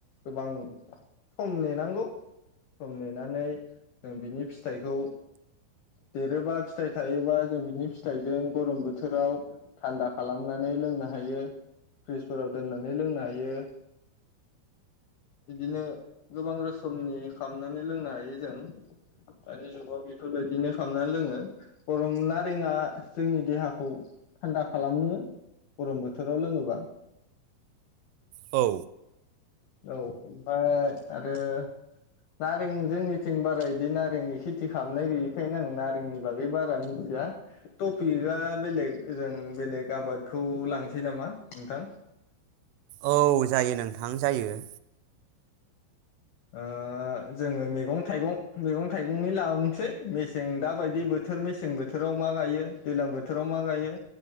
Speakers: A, on the left; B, on the right.
A: गोबां सम नेनांगौ सम नेनानै जों बिनि फिथाइखौ देरोबा फिथाइ थायोबा जों बिनि फिथाइजों गरम बोथोराव थान्दा खालामनानै लोंनो हायो फ्रिजफोराव दोननानै लोंनो हायो बिदिनो गोबां रोखोमनि खालामनानै लोंनो हायो जों दानि जुगाव बे बेफोरबायदिनो खालामना लोङो गरम नारेंआ जोंनि देहाखौ थान्दा खालामो गरम बोथोराव लोङोबा
B: औ
A: औ ओमफाय आरो नारें जोंनिथिं बारा बिदि नारेंनि खेथि खालामनाय गैयिखायनो आं नारेंनि बागै बारा मिथिया टपिकआ बेलेग जों बेलेग आबादखौ लांसै नामा नोंथां
B: औ जायो नों थां जायो
A: ओ जोङो मैगं थाइगं मैगं थाइगंनि लाबोनोसै मेसें दाबायदि बोथोर मेसें बोथोराव मा गायो दैज्लां बोथोराव मा गायो